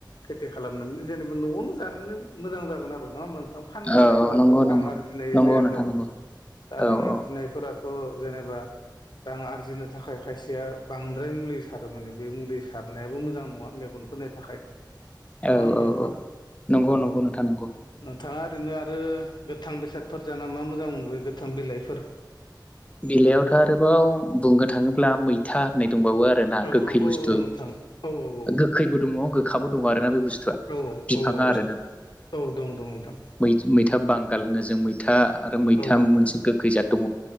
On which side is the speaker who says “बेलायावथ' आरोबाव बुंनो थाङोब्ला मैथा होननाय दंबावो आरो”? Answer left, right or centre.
Left